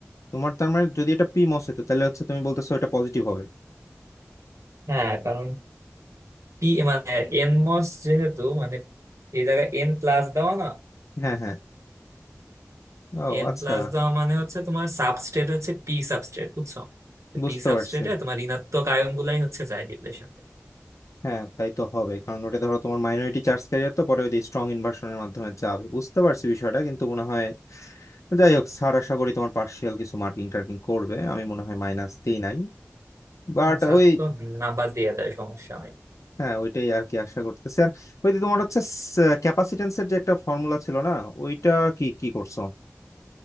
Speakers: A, on the left; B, on the right.
A: তোমার তার মানে যদি এটা পি মস হতো তাহলে হচ্ছে তুমি বলতেছো এটা পজিটিভ হবে
B: হ্যাঁ কারণ পি মানে এনমস যেহেতু মানে এই জায়গায় এন প্লাস দেওয়া না
A: হ্যাঁ হ্যাঁ ও
B: এন
A: আচ্ছা
B: প্লাস দেওয়া মানে হচ্ছে তোমার সাবস্ট্রেট হচ্ছে পি সাবস্ট্রেট বুঝছো
A: বুঝতে
B: পি সাবস্ট্রেটে
A: পারছি
B: তোমার ঋণাত্মক আয়ন গুলাই হচ্ছে যায় ডিপ্লেশন
A: হ্যাঁ তাই তো হবে কারণ ওটা ধরো তোমার মাইনরিটি চার্জ ক্যারিয়ার তো পরে ওই স্ট্রং ইনভার্সনের মাধ্যমে যাবে বুঝতে পারছি বিষয়টা কিন্তু মনে হয় যাই হোক স্যার আশা করি তোমার পার্সিয়াল কিছু মার্কিং টার্কিং করবে আমি মনে হয় মাইনাস দিই নাই বাট
B: না সাফ
A: ওই
B: তো না বাদ দিয়ে দেয় সমস্যা নেই
A: হ্যাঁ ওইটাই আর কি আশা করতেছি আর ওই যে তোমার হচ্ছে ক্যাপাসিটেন্সের যে একটা ফর্মুলা ছিল না ওইটা কি কি করছো